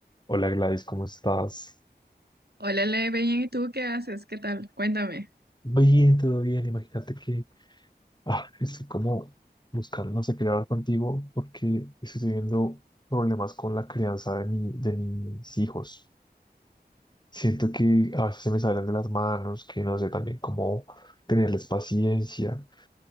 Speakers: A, on the left (about 25°); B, on the right (about 65°).
A: Hola Gladys, ¿cómo estás?
B: Hola, Le, bien, ¿y tú qué haces? ¿Qué tal? Cuéntame.
A: Bien, todo bien. Imagínate que ah, estoy como buscando, no sé, quería hablar contigo porque estoy teniendo problemas con la crianza de, mi, de mis hijos. Siento que a veces se me salen de las manos, que no sé también cómo tenerles paciencia.